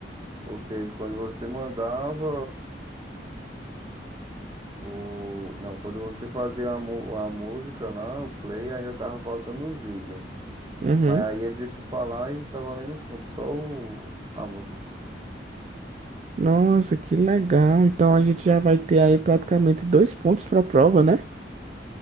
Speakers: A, on the right; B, on the right.
A: porque quando você mandava, O... Não, quando você fazia a, mu- a música lá, o play, ainda tava faltando os vídeos.
B: Uhum.
A: Mas aí ele deixou pra lá e tá valendo um ponto, só o... a música.
B: Nossa, que legal. Então a gente já vai ter aí praticamente dois pontos pra prova, né?